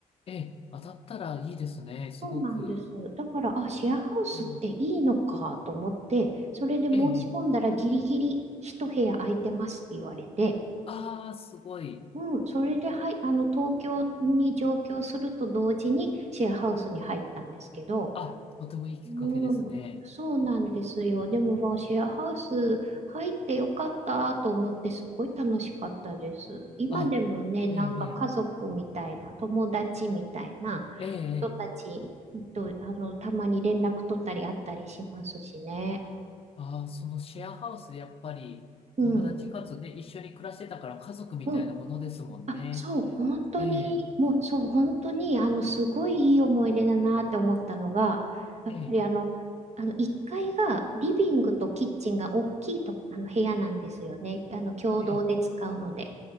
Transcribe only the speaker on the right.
そうなんです。だから、あ、シェアハウスっていいのかと思って、
それで申し込んだらギリギリ一部屋空いてますって言われて、
うん、それで、はい、あの、東京に上京すると同時にシェアハウスに入ったんですけど、
うん、そうなんですよ。でも、まあシェアハウス入ってよかったと思って、すっごい楽しかったです。今でもね、
なんか家族みたいな、
友達みたいな人たちと、
あの、たまに連絡取ったり会ったりしますしね。
うん。
うんあ、そう、本当に、
もうそう、本当に、あの、すごいいい思い出だなって思ったのが、やっぱりあの、
あの、1階がリビングとキッチンが大きいと、あの、部屋なんですよね。あの、共同で使うので。